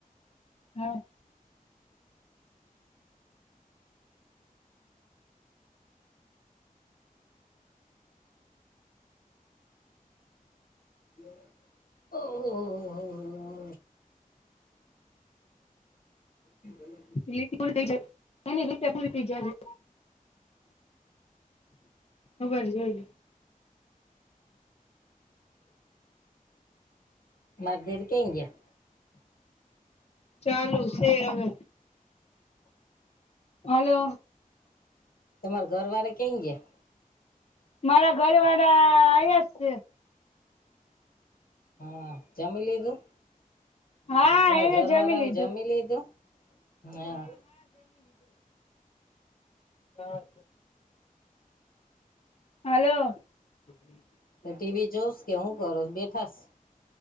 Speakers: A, on the left; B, on the left.
A: હા
B: ઓહ હો શી ગ <inaudible>
A: રી પૂરી થઈ જ રીતે પૂરી થઈ જાય. ખબર જો <inaudible>
B: માર દેર કેઈ ગયા?
A: ચાલુ છે હવે. હલો!
B: તમારે ઘર વાળા કઈ ગયા?
A: મારા ઘરવાળા અયા જ છે.
B: હા જમી લીધું?
A: હા
B: તમારે
A: એને
B: ઘરવાળા
A: લીધું
B: જમી લીધું હા?
A: હા હાલો હમ
B: તો ટીવી જોશ કે હું કરોશ બેઠાસ